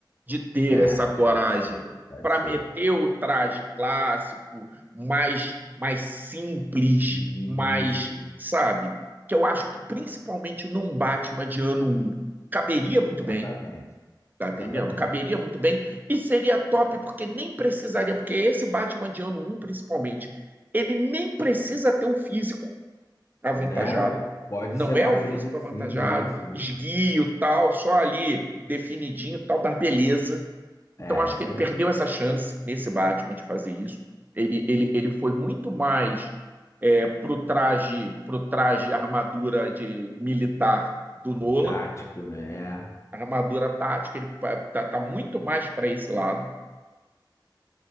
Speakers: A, on the right; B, on the left.
A: de ter
B: É,
A: essa coragem
B: pode ser, pode
A: para
B: ser.
A: meter o traje clássico, mais, mais simples,
B: Isso,
A: mais, sabe? Que eu acho que principalmente num Batman de ano um caberia muito
B: exatamente,
A: bem, tá entendendo?
B: exatamente.
A: Caberia muito bem e seria top porque nem precisaria, porque esse Batman de ano um principalmente, ele nem precisa ter um físico avantajado.
B: Não, pode
A: Não
B: ser magrinha
A: é o físico
B: sim,
A: avantajado,
B: isso, isso.
A: esguio, tal, só ali definidinho, tal, da beleza. Então,
B: É,
A: acho
B: isso
A: que ele
B: aí.
A: perdeu essa chance nesse Batman de fazer isso. Ele, ele, ele foi muito mais é, pro traje, pro traje armadura de militar do Nolan,
B: É tático, né?
A: armadura tática, ele tá, tá muito mais para esse lado.